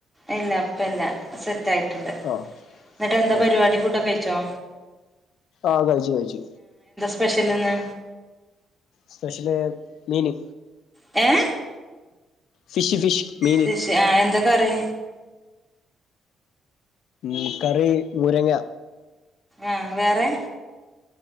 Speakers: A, in the centre; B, on the left.
A: ഇല്ല ഇപ്പല്ല സെറ്റ് ആയിട്ടുണ്ട്
B: ആ
A: ന്നിട്ട് എന്താ
B: ആ
A: പരിപാടി ഫുഡൊക്കെ കഴിച്ചോ
B: ആ കഴിച്ചു കഴിച്ചു
A: സ്പെഷ്യൽന്ന്
B: സ്പെഷ്യല് മീന്
A: ഏ
B: ഫിഷ് ഫിഷ് മീന്
A: ഫിഷ്ആ ഹ്എന്താ കറി
B: ഉ കറി ഊരങ്ങ
A: ആഹ് വേറെ